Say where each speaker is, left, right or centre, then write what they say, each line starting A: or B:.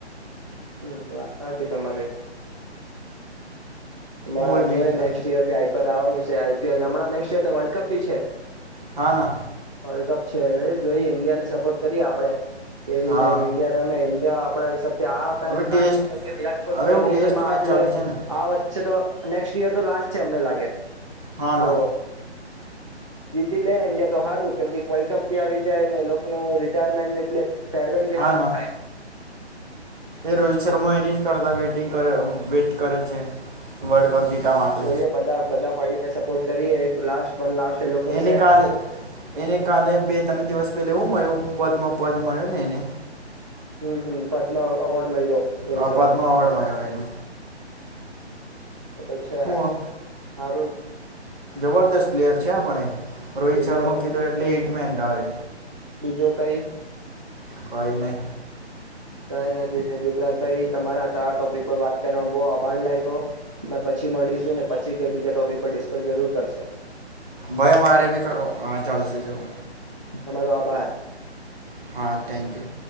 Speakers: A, on the right (about 30°); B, on the right (about 45°).
A: હમ વા તમારે
B: હોય
A: આ
B: બીજું
A: જોઈએ
B: તો
A: નેક્સ્ટ યર ભી આઈપડ આવવાનું છે હણાં નેક્સ્ટ ર તો વર્લ્ડ કપ બી છે
B: હા ના
A: વર્લ્ડ કપ છે ન જોઈ ઇન્ડિયા ને સપર્ટ કરી આપડે કેવી
B: હા
A: રીતે ઇન્ડિયા રમે ઇન્ડિયા પાઈસા આ ટ
B: હવે ટેસ્ટ
A: વિરાટ કોહલી
B: હવે
A: અને
B: હું
A: રોહિત
B: ટેસ્ટ
A: શર્મા
B: મેચ
A: આટલે
B: ચાલુ છે ને
A: આ વર્ષ નેક્સ્ટ યર તો લાસ્ટ છે અમને લાગે.
B: હા
A: તો
B: ના
A: જીતી લે ઈન્ડિયા તો હારું કેમ કે વર્લ્ડ કપ ભી આવી જાય ને <unintelligible> રિટાયરમેન્ટ એટલે ફેરવેલથી
B: હા
A: હારુ
B: ના
A: જ થાય.
B: એ રોહિત શર્મા એની જ કરતા વેટિંગ કરે વેટ કરે છે. વર્લ્ડ કપ જીતવા માટે
A: જોઈએ બધા બધા મળીને સપોર્ટ કરીએ. એક લાસ્ટ વન લાસ્ટ એ લોકો નું
B: એને
A: છે
B: કાલે એને કાલે બે ત્રણ દિવસ ટલે એવું મળે વચમાં પદ મળ્યો ને એને.
A: હમ્મ હમ્મ, પદ્મા અવોર્ડ મળ્યો. રોહિત
B: આ
A: શર્માને
B: પદ્મા અવોર્ડ મળ્યો એને.
A: તો ત અચ્છા
B: હું
A: હારું
B: જબરદસ્ત પ્લેયર છે હા પણ એ, રોહિત
A: બીજું
B: શર્મા
A: તો
B: કીધો એટલે હિટ મેદારે
A: બીજું કઈ
B: કોઈ નહી.
A: કઈ નથી દીપરાજભાઈ તમારા આ ટોપિક પર વાત કરવામાં બો આભાર લાયગો મે પછી મડીશું ને પછી કે બીજા ટોપિક પર ડિસ્કસ જરૂર કરશું
B: ભાઈ મારે ભી કરો આ ચાલશે ચલો
A: તમારો આભાર.
B: હા થેન્ક યુ.